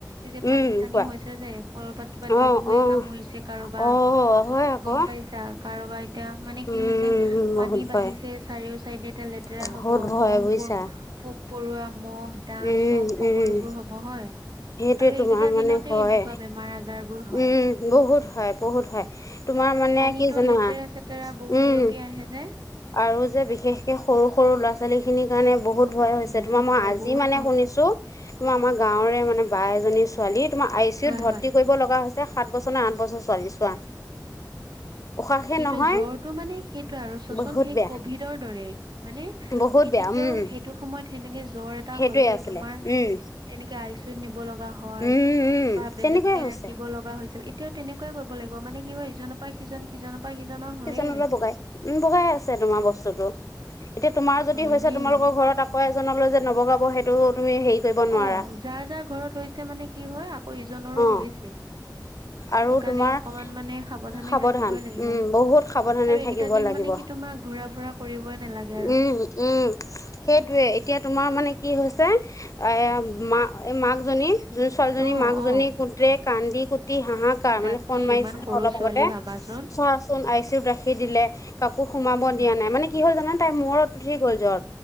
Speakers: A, on the right; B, on the left.
A: এই যে
B: উম,
A: পানী চানী
B: কোৱা
A: হৈছে যে ক'বাত কিবা
B: অ',
A: ডং গৈয়ে
B: অ',
A: কামুৰিছে কাৰোবাক
B: অ', হয় আকৌ
A: গম পাইছা কাৰোবাই এতিয়া মানে
B: উম,
A: কি হৈছে
B: বহুত
A: পানী
B: ভয়
A: বাঢ়িছে চাৰিও চাইডে এ লেতেৰা
B: বহুত
A: হব
B: ভয়
A: মহ
B: বুজিছা
A: বোৰ পোক পৰুৱা মহ' দা
B: উম,
A: চব
B: উম,
A: সকলোবোৰ হ'ব হয়, আৰু
B: সেইটোয়ে
A: এইকেইটা
B: তোমাৰ মানে
A: দিনতে
B: হয়
A: এনেকুৱা বেমাৰ আজাৰ বোৰ হয়
B: উম বহুত হয়। বহুত হয় তোমাৰ মানে
A: পানীতো
B: কি জানা,
A: লেতেৰা চেতেৰা বহুত
B: উম
A: বিয়পি আহে যে
B: আৰু যে বিশেষকে সৰু সৰু ল'ৰা ছোৱালী খিনিৰ কাৰণে বহুত ভয় হৈছে
A: বহুত
B: তোমাৰ মই
A: ভয়
B: আজি
A: বহুত
B: মানে
A: ভয়
B: শুনিছো তুমাৰ আমাৰ গাঁওৰে মানে বা এজনী ছোৱালী তোমাৰ আই চি
A: হয়
B: ইউত ভৰ্তি
A: হয়
B: কৰিব লগা ছে সাত বছৰ নে আঠ বছৰ ছোৱালী চোৱা। উশাহহে
A: সেইটোৱে
B: নহয়
A: জ্বৰটো মানে সেইটো আৰু চোৱা
B: বহুত
A: চোৱা সেই
B: বেয়া,
A: কভিডৰ দৰে। হয়নে
B: বহুত
A: সেই
B: বেয়া
A: তেতিয়াও
B: উম,
A: সেইটো সময়ত সেনেকে জ্বৰ এটা
B: সেইটোৱে
A: হলেই
B: আছিলে।
A: তোমাৰ
B: উম,
A: তেনেকে আই চিউত নিব লগা হয়
B: উম, উম,
A: বা বেলেগকে
B: তেনেকুৱাই হৈছে,
A: ৰাখিব লগা হৈছিল এতিয়াও তেনেকুৱাই কৰিব লাগিব মানে কি হয় ইজনৰ পৰা সিজন সিজনৰ পৰা সিজনৰ হৈয়ে
B: সিজন অলপ
A: আছে।
B: বগাই উ বগাই আছে তোমাৰ বস্তুতো এতিয়া তোমাৰ যদি
A: হয়
B: হৈছে
A: দেই।
B: তোমালোকৰ ঘৰত আকৌ এজনলৈ যে নবগাব সেইটো তুমি হেৰি কৰিব নোৱাৰা
A: অ যাৰ যাৰ ঘৰত হৈছে মানে কি হয় আকৌ ইজনৰো
B: অ
A: হৈছেই। সেইকাৰণে
B: আৰু তোমাৰ
A: অকমান মানে সাৱধানে
B: সাৱধান
A: থাকিবই লাগিব।
B: উম
A: আৰু
B: বহুত সাৱধানে
A: এইকেইটা
B: থাকিব
A: দিন
B: লাগিব
A: মানে কি তোমাক ঘূৰা ফুৰা কৰিবই নালাগে
B: উম
A: আৰু।
B: উম সেইটোৱে এতিয়া তোমাৰ মানে কি হৈছে এ মা মাক জনী যোন ছোৱালজনী
A: অ',
B: মাকজনী
A: অ',
B: গোটেই কান্দি কুটি হাহাকাৰ
A: তাকেই
B: মানে ফোন মাৰিছিলো
A: ইমান সৰু
B: অলপ
A: ছোৱালী
B: আগতে।
A: ভাবাচোন
B: চোন আই চিউ ৰাখি দিলে কাকো সোমাব
A: উম।
B: দিয়া নাই মানে কি হ'ল জানে তাই মূৰত উঠি গ'ল জ্বৰ।